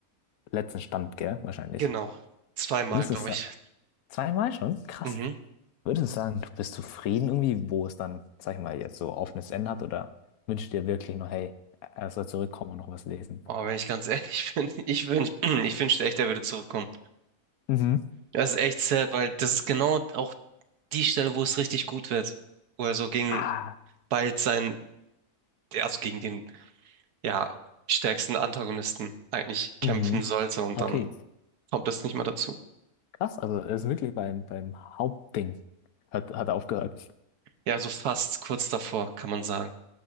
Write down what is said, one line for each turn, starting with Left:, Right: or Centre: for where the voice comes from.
Left: letzten Stand, gell? Wahrscheinlich.
Right: Genau. Zweimal,
Left: Würdest
Right: glaube
Left: du sa-
Right: ich.
Left: zweimal schon? Krass.
Right: Mhm.
Left: Würdest du sagen, du bist zufrieden irgendwie, wo es dann, sag ich mal, jetzt so offenes Ende hat? Oder wünschst du dir wirklich noch, hey, er soll zurückkommen und noch was lesen?
Right: Aber wenn ich ganz ehrlich <laughs> bin, ich wünsch, <clears throat> ich wünschte echt, er würde zurückkommen.
Left: Mhm.
Right: Das ist echt sad, weil das ist genau auch die Stelle, wo es richtig gut wird. Wo er so gegen
Left: Ah,
Right: bald sein, also gegen den, ja, stärksten Antagonisten eigentlich kämpfen
Left: mhm.
Right: sollte und
Left: Okay,
Right: dann kommt das nicht mehr dazu.
Left: krass. Also er ist wirklich beim, beim Hauptding. Hat, hat er aufgehört.
Right: Ja, so fast kurz davor, kann man sagen.